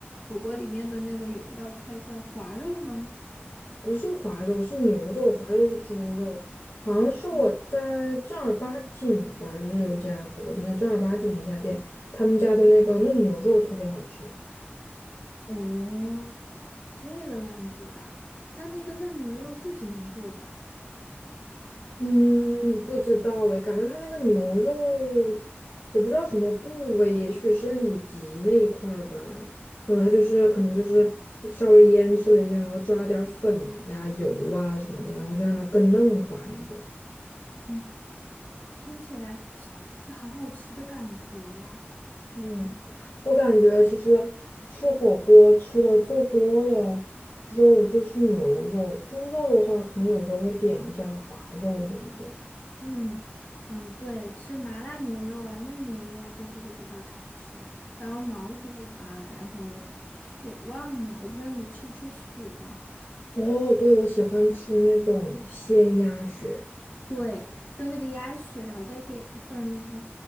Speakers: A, on the left (about 35°); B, on the left (about 55°).
A: 火锅里面的那个有一道菜叫滑肉吗？
B: 不是滑肉，是牛肉，滑肉是猪肉，好像是我在正儿八经吧，
A: 嗯，
B: 就是有一家火锅店叫正儿八经那家店，他们家的那个嫩牛肉特别好吃。
A: 哦，这个样子啊，那那个嫩牛肉自己能做吧？
B: 嗯，不知道哎，感觉他那个牛肉，我不知道什么部位，也许是里脊那一块儿吧。然后他就是可能就是稍微腌制了一下，然后抓了点儿粉呀、油啊什么的，然后就让它更嫩滑那种。
A: 嗯，听起来就好好吃的感觉呀。
B: 嗯，我感觉其实吃火锅吃的最多的肉就是牛肉，猪肉的话可能有时候会点一下滑肉什么的。
A: 嗯嗯，对，吃麻辣牛肉啊、嫩牛肉啊这些都比较常吃，然后毛肚啊，然后血旺呀，我不知道你吃不吃血啊。
B: 哦，对，我喜欢吃那种鲜鸭血。
A: 对，就那个鸭血，然后再点一份那个，